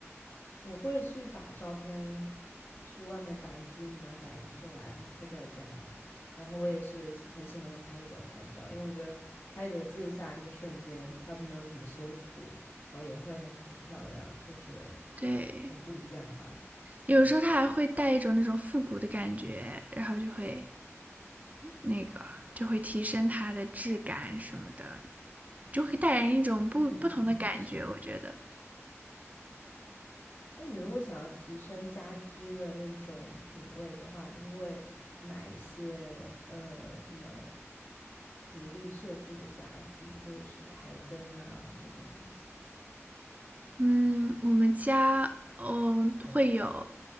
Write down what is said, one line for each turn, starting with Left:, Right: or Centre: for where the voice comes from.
Left: 我会去把照片去外面打印机里面打印出来，然后贴在家里。然后我也是很喜欢用拍立得拍照，因为我觉得拍立得记录下来那个瞬间，它没有什么修图，然后颜色也很很漂亮，就是
Right: 对。
Left: 很不一样吧。
Right: 有时候它还会带一种那种复古的感觉，然后就会那个就会提升它的质感什么的，就会带人一种不不同的感觉，
Left: 嗯，是。
Right: 我觉得。
Left: 哎，你如果想要提升家居的那种品味的话，你会不会买一些呃什么独立设计的家居，或者是台灯啊这种东西？
Right: 嗯，我们家，嗯，会有，